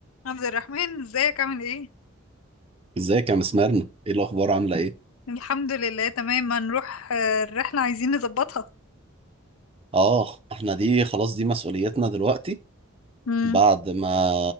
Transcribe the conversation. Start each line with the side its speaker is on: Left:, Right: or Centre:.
Left: عبد الرحمن ازيك عامل ايه
Right: ازيك يا مسمارنا ايه الاخبار عامله ايه
Left: الحمد لله تمام هنروح آه، الرحلة عايزين نظبطها
Right: اه احنا دي خلاص دي مسؤوليتنا دلوقتي
Left: امم
Right: بعد ما